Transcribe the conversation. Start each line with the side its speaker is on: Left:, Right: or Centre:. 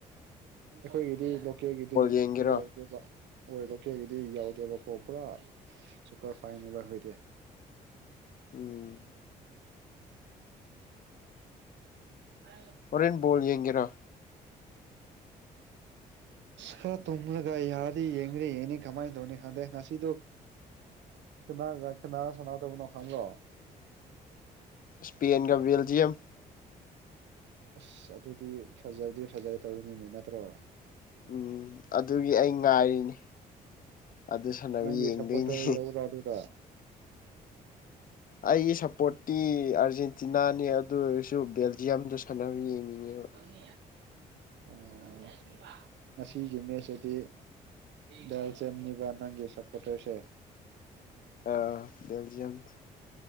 Right: ꯑꯩꯈꯣꯏꯒꯤꯗꯤ ꯂꯣꯀꯦꯜꯒꯤꯗꯤ
Left: ꯌꯦꯡꯒꯦꯔꯣ
Right: ꯌꯥꯎꯗꯦꯕ ꯑꯣꯏ ꯂꯣꯀꯦꯜꯒꯤꯗꯤ ꯌꯥꯎꯗꯦꯕꯀꯣ ꯄꯨꯔꯥ ꯁꯨꯄꯔ ꯐꯥꯏꯟꯅꯦꯕ ꯑꯩꯈꯣꯏꯗꯤ
Left: ꯎꯝ
Right: <unintelligible>
Left: ꯍꯣꯔꯦꯟ ꯕꯣꯜ ꯌꯦꯡꯒꯦꯔꯣ
Right: ꯈꯔ ꯇꯨꯝꯂꯒꯥ ꯌꯥꯔꯗꯤ ꯌꯦꯡꯗꯤ ꯌꯦꯡꯅꯤ ꯀꯃꯥꯏ ꯇꯧꯅꯤ ꯈꯥꯡꯗꯦ ꯉꯁꯤꯗꯣ ꯀꯅꯥꯒꯥ ꯀꯅꯥ ꯁꯥꯟꯅꯗꯧꯕꯅꯣ ꯈꯪꯔ꯭ꯕꯣ
Left: ꯁ꯭ꯄꯦꯟꯒ ꯕꯦꯜꯖꯤꯌꯝ
Right: ꯑꯁ ꯑꯗꯨꯗꯤ ꯐꯖꯗꯤ ꯐꯖꯒꯗꯧꯕꯅꯤꯅꯦ ꯅꯠꯇ꯭ꯔꯣ
Left: ꯎꯝ ꯑꯗꯨꯒꯤ ꯑꯩ ꯉꯥꯏꯔꯤꯅꯤ ꯑꯗꯨ ꯁꯥꯟꯅꯕ
Right: ꯅꯪꯒꯤ
Left: ꯌꯦꯡꯗꯣꯏꯅꯤ
Right: ꯁꯄꯣꯠꯇꯔ ꯌꯥꯎꯕ꯭ꯔ ꯑꯗꯨꯗ
Left: ꯑꯩꯒꯤ ꯁꯞꯄꯣꯔꯠꯇꯤ ꯑꯥꯔꯖꯦꯟꯇꯤꯅꯥꯅꯦ ꯑꯗꯨ ꯑꯣꯏꯔꯁꯨ ꯑꯗꯨ ꯕꯦꯜꯖꯤꯌꯝꯗꯨ ꯁꯥꯟꯅꯕ ꯌꯦꯡꯅꯤꯡꯉꯦꯕ
Right: ꯑꯣ ꯑꯣ ꯉꯁꯤꯒꯤ ꯃꯦꯠꯁꯤꯗꯤ ꯕꯦꯜꯖꯤꯌꯝꯅꯤꯕ ꯅꯪꯒꯤ ꯁꯞꯄꯣꯇꯔꯁꯦ
Left: ꯑ ꯕꯦꯜꯖꯤꯌꯝ